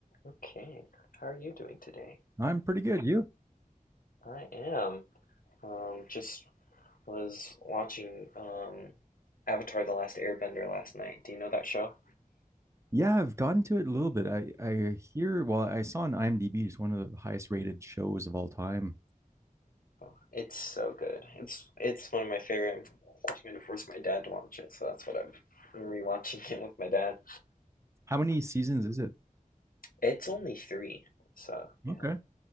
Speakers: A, on the left; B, on the right.
A: Okay, how are you doing today?
B: I'm pretty good. You?
A: I am. Um, just was watching um, Avatar: The Last Airbender last night. Do you know that show?
B: Yeah, I've gotten to it a little bit. I I hear, well, I saw on IMDb it's one of the highest rated shows of all time.
A: Oh, it's so good. It's it's one of my favorite. I'm trying to force my dad to watch it, so that's what I'm, I'm rewatching <laughs> it with my dad.
B: How many seasons is it?
A: It's only three, so
B: Okay.
A: yeah,